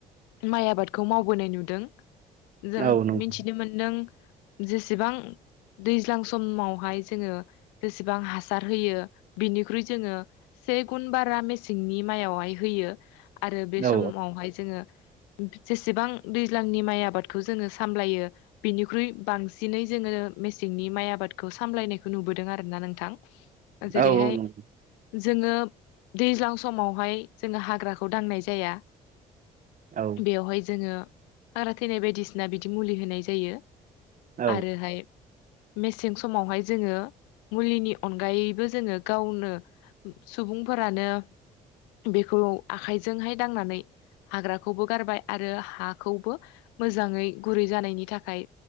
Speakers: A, on the left; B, on the right.
A: माइ आबादखौ मावबोनाय नुदों जों
B: औ नंगौ
A: मिथिनो मोनदों जेसेबां दैज्लां समावहाय जोङो जेसेबां हासार होयो बिनिख्रुइ जोङो से गुन बारा मेसेंनि मायावहाय होयो आरो बे समावहाय
B: औ
A: जोङो जेसेबां दैज्लांनि माइ आबादखौ जोङो सामलायो बिनिख्रुइ बांसिनै जोङो मेसेंनि माइ आबादखौ सामलायनायखौ नुबोदों आरोना नोंथां जेरैहाय
B: औ नं
A: जोङो दैज्लां समावहाय जोङो हाग्राखौ दांनाय जाया
B: औ
A: बेवहाय जोङो हाग्रा थैनाय बायदिसिना बिदि मुलि होनाय जायो
B: औ
A: आरोहाय मेसें समावहाय जोङो मुलिनि अनगायैबो जोङो गावनो सुबुंफोरानो बेखौ आखाइजोंहाय दांनानै हाग्राखौबो गारबाय आरो हाखौबो मोजाङै गुरै जानायनि थाखाय